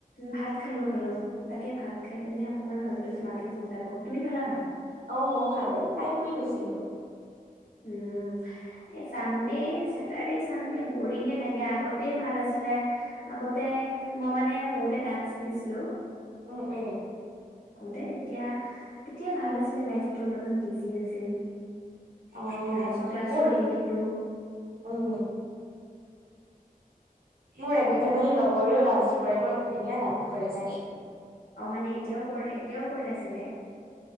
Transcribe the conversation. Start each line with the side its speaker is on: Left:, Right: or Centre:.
Left: ভাত খালো খালো। তাকে ভাত খাই পিনে অকমান ভাবিলো তোমাকে ফোন এটা কৰো। তুমি খালা ভাত?
Right: অ মইয়ো খালো। খাই শুই গৈছিলো।
Left: উম। এই চানডে, চেটাৰ্ডে চানডে বৰিঙে লাগে। আগতে ভাল আছিলে। আগতে মই মানে সৰুতে ডান্স শিকিছিলো,
Right: উম উম।
Left: দেই তেতিয়া তেতিয়া ভাল আছিলে, লাইফটো অলপমান বিজি আছিলো।
Right: অ
Left: ডান্সৰ ক্লাছো
Right: মোৰ
Left: এৰি দিলো।
Right: উম মোৰ এজনী
Left: সেইকাৰণ
Right: লগৰো ডান্স কৰে, বৰ ধুনীয়া ডান্স কৰে তাই।
Left: অ মানে এতিয়াও কৰে, এতিয়াও কৰিলে চাগে।